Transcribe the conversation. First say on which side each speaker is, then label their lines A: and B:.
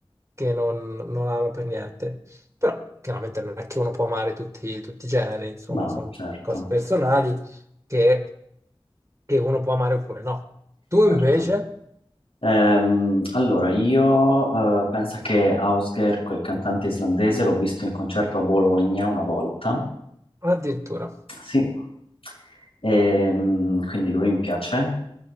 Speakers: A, on the right; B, on the left.
A: che non, non amo per niente. Però chiaramente non è che uno può amare tutti, tutti i generi, insomma,
B: No,
A: sono
B: certo,
A: cose personali che, che uno può amare oppure no. Tu
B: certo.
A: invece,
B: Ehm, allora, io eh, penso che Ausger, quel cantante islandese, l'ho visto in concerto a Bologna una volta.
A: addirittura,
B: Sì, Ehm, quindi lui mi piace.